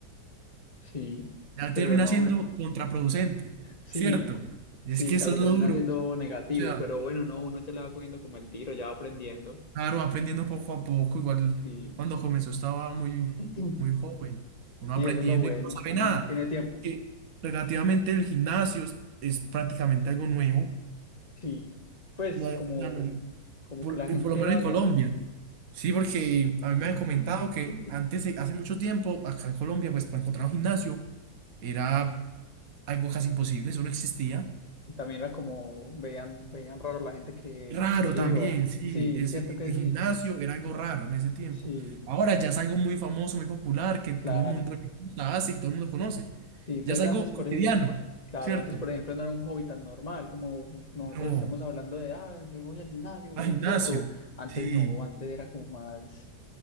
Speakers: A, on the left; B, on the right.
A: Sí,
B: Ya
A: pero
B: termina
A: no,
B: siendo
A: el-
B: contraproducente,
A: sí,
B: ¿cierto? Es
A: sí,
B: que
A: claro,
B: eso es
A: termina
B: lo duro.
A: siendo
B: O
A: negativo,
B: sea,
A: pero bueno, no, uno ya le va cogiendo como el tiro, ya va aprendiendo.
B: claro, aprendiendo poco a poco, igual
A: Sí,
B: cuando comenzó estaba muy,
A: <clears throat>
B: muy joven, uno
A: sí,
B: aprendiendo
A: eso es lo bueno,
B: y no sabe
A: que uno
B: nada.
A: tiene tiempo.
B: Que relativamente el gimnasio es, es prácticamente algo nuevo.
A: Sí, pues
B: No, o
A: como,
B: sea, no hay-
A: como
B: Por-
A: que la
B: y
A: gente
B: por lo menos
A: vaya.
B: en Colombia. Sí, porque a
A: <clears throat>
B: mí me han comentado que antes, eh, hace mucho tiempo, acá en Colombia, pues para encontrar un gimnasio era algo casi imposible, eso no existía.
A: También era como, veían, veían raro la gente que,
B: Raro
A: que
B: también,
A: iba.
B: sí,
A: Sí,
B: ese,
A: cierto
B: el
A: que
B: gimnasio
A: sí.
B: era algo raro en ese tiempo.
A: Sí,
B: Ahora ya es algo muy famoso, muy popular, que todo
A: claro.
B: el mundo le gusta, hace y todo el mundo conoce.
A: Sí, entonces
B: Ya es algo
A: antes,
B: cotidiano,
A: por ejemplo, claro,
B: ¿cierto?
A: antes, por ejemplo, no era un hobby tan normal como nosotros
B: No,
A: estemos hablando de, ah, yo voy al gimnasio,
B: al gimnasio,
A: ¿cierto? Antes
B: sí,
A: no, antes era como más